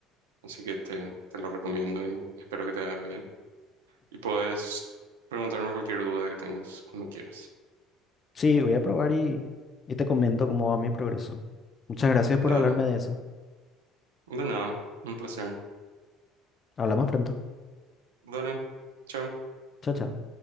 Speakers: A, on the right (about 85°); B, on the left (about 35°).
A: Así que te, te lo recomiendo y espero que te haga bien. Y puedes preguntarme cualquier duda que tengas cuando quieras.
B: Sí, voy a probar y, y te comento cómo va mi progreso. Muchas gracias por
A: Dale.
B: hablarme de eso.
A: De nada, un placer.
B: Hablamos pronto.
A: Dale. Chao.
B: Chao, chao.